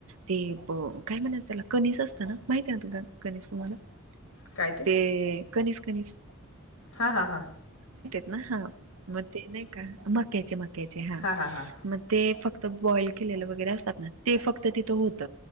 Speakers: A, on the right (about 80°); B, on the left (about 85°).
A: ते काय म्हणाच त्याला कनिस असत ना माहित आहे ना तु कनिस तुम्हाला
B: काय
A: ते कनीस कनीस
B: हा हा हा
A: हा मग ते नाही का मक्याचे मक्याचे हा
B: हां हां हां.
A: मग ते फक्त बॉइल केलेलं वगैरे असतात. ना ते फक्त तिथ होत